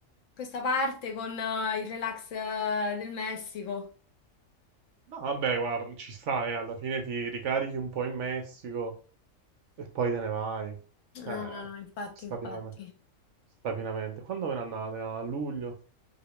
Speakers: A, on the left (about 70°); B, on the right (about 65°).
A: questa parte con eh, il relax eh, del Messico.
B: No, vabbè, guarda, ci sta, eh. Alla fine ti ricarichi un po' in Messico e poi te ne vai. Eh,
A: No, no, no, infatti,
B: ci sta
A: infatti.
B: pienamente. Sta pienamente. Quando ve ne andate? A luglio?